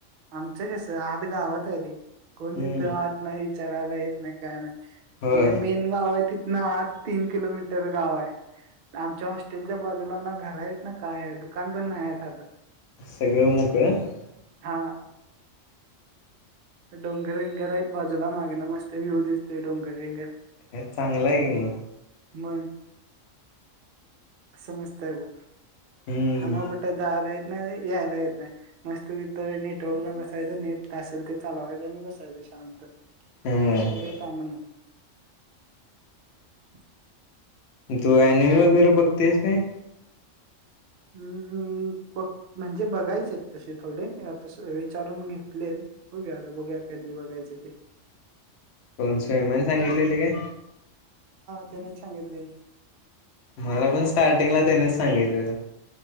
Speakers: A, on the right; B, on the left.
A: आमचं कसं आत गावात हाय रे कोण
B: हम्म
A: तिथं आत नाहीत. विचारायला येत नाय काय नाय.
B: होय
A: म्हणजे मेन गाव आहे तिथनं आत तीन तिथच गाव आहे. आमच्या हॉस्टेल च्या बाजूलांना घरा आहेत. ना काय आहे. दुकान पण नाय ये साधं
B: सगळं मोकळं
A: हा डोंगर विंगर आहेत. बाजूला मागणं मस्त व्ह्यू दिसतय डोंगर विंगर
B: चांगलं हाय की, मग
A: म अस मस्त आहे बघ
B: हम्म
A: त्यामुळं कुठं जायला येत नाही यायला येत नाय मस्त तिथं नेटवर्कला बसायचं नेट काय असेल ते चालवायचं आणि बसायचं शांत
B: हा
A: दुसरी काय काम नाय <inaudible>
B: तू ॲनिमी वगैरे बघतोयस काय?
A: हम्म बघ म्हणजे बघायचे आहेत तसे थोडे आता विचारून घेतले बघूया आता बघू कधी बघायचे ते
B: कोण स्वयमाने सांगितलेली काय?
A: त्यानचं सांगितलंय
B: मला पण स्टार्टिंगला त्यानेच सांगितलेलं.